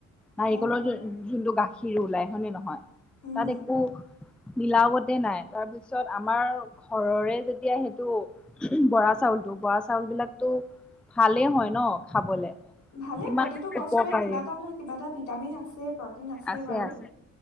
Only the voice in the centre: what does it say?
নাৰিকলৰ
য
যোনটো গাখীৰ ওলাই হয়নে নহয়?
তাত একো মিলাৱতে নাই, তাৰপিছত আমাৰ ঘৰৰে যেতিয়া সেইটো বৰা চাউলতটো বৰা চাউল বিলাকতো ভালেই হয় ন খাবলে।
কিমান
উপকাৰী
আছে-আছে,